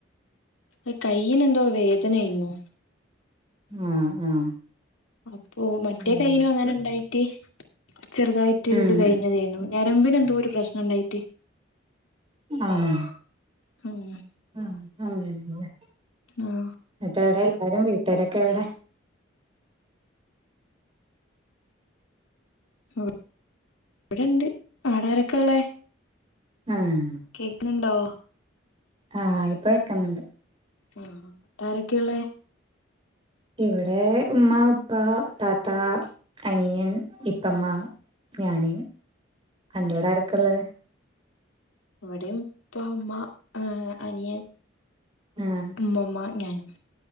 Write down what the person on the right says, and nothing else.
ആഹ് ആഹ്
അത്
ശരി
ഉം
ആഹ്
ആഹ് അങ്ങനെ ല്ലെ
ന്നട്ട് എവടെ എല്ലാരും വീട്ടേരൊക്കെ എവ്ടെ
ആഹ്
ആഹ് ഇപ്പ കേക്ക്ന്ന് ണ്ട്
ഇവിടെ ഉമ്മ ഉപ്പ താത്ത അനിയൻ ഇപ്പമ്മ ഞാന് അന്റോട ആരൊക്കെയള്ളത്
അഹ്